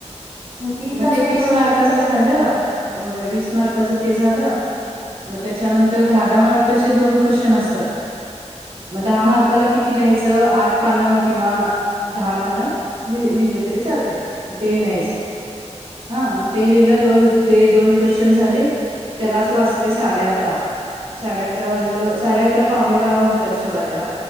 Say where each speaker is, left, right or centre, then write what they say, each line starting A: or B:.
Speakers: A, on the right; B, on the right.
A: मग तीन
B: मंग
A: तासात
B: ते वीसं
A: तेवढं
B: मार्काचं
A: व्हायला तर पाहिजे
B: झालं
A: की बाई
B: हो वीसं मार्काचं ते झालं मंग त्यांच्यानंतर दहा दहा मार्कचे दोन क्नचंन असतांत मंग दहा
A: हा
B: मार्काला कि किती लिहायचं आंठ पानं किंवा दहा पानं ते लिहिले तरी चालतें ते लिहायचं हां ते लिहलं दोन दे दोन क्वेश्चन झांले त्यांलाचं वाचते सांडे अकरां सांडे अकरां वाजलं सांडे अकरां पांवणे बांरा होतांत सोंडा त्यांला